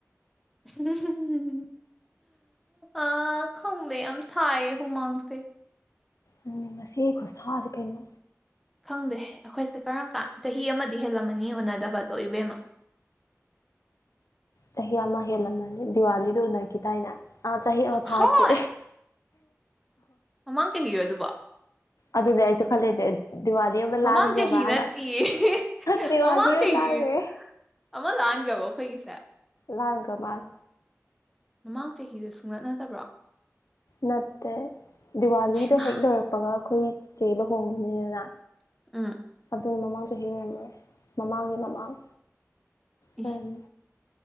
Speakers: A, in the centre; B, on the left (about 80°).
A: <unintelligible> ꯑꯥ ꯈꯪꯗꯦ ꯌꯥꯝ ꯁꯥꯏꯌꯦ ꯍꯨꯃꯥꯡꯁꯦ
B: ꯑꯗꯨꯅꯤ ꯉꯁꯤꯒꯤ ꯈꯨꯁꯥꯁꯦ ꯀꯩꯅꯣ
A: ꯈꯪꯗꯦ ꯑꯩꯈꯣꯏꯁꯦ ꯀꯔꯝ ꯀꯥꯟ ꯆꯍꯤ ꯑꯃꯗꯤ ꯍꯦꯜꯂꯝꯃꯅꯤ ꯎꯅꯗꯕꯗꯣ ꯏꯕꯦꯝꯃ <inaudible>
B: ꯆꯍꯤ ꯑꯃ ꯍꯦꯜꯂꯝꯃꯅꯤ ꯗꯤꯋꯥꯂꯤꯗꯨ ꯎꯅꯈꯤ ꯇꯏꯅ ꯑꯥ ꯆꯍꯤ ꯑꯃ ꯐꯥꯗ‌ꯔꯤ
A: ꯍꯣꯏ ꯃꯃꯥꯡ ꯆꯍꯤꯔ ꯑꯗꯨꯕ‌‌ꯣ
B: ꯑꯗꯨ ꯌꯥ ꯍꯥꯏꯁꯨꯦ ꯈꯜꯂꯤꯁ‌ꯦ ꯗꯤꯋꯥꯂꯤ ꯑꯃꯥ
A: ꯃꯃꯥꯡ
B: ꯂꯥꯟꯒꯔꯕ
A: ꯆꯍꯤ ꯅꯠꯇꯤꯌꯦ
B: ꯗꯤꯋꯥꯂꯤ
A: ꯃꯃꯥꯡ ꯆꯍꯤ
B: ꯂꯥꯟꯒꯔ‌ꯦ
A: ꯑꯃ ꯂꯥꯟꯒꯦꯕ ꯑꯩꯈꯣꯏꯒꯤꯁꯦ
B: ꯂꯥꯡꯒ ꯃꯥꯜ
A: ꯃꯃꯥꯡ ꯆꯍꯤꯗ ꯁꯨꯡꯒꯠꯅꯗꯕ꯭ꯔꯣ
B: ꯅꯠꯇꯦ ꯗꯤꯋꯥꯂꯤꯗ
A: ꯍꯩꯃꯥ
B: ꯍꯦꯛ ꯂꯣꯏꯔꯛꯄꯒ ꯑꯩꯈꯣꯏ ꯆꯦ ꯂꯨ ꯍꯣꯡꯉꯤꯅꯤꯗꯅ
A: ꯑꯥ
B: ꯑꯗꯨꯒꯤ ꯃꯃꯥꯡ ꯆꯍꯤ ꯑꯣꯏꯔꯝꯃꯔꯦ ꯃꯃꯥꯡꯒꯤ ꯃꯃꯥꯡ ꯑꯣꯏꯔꯝ
A: ꯏ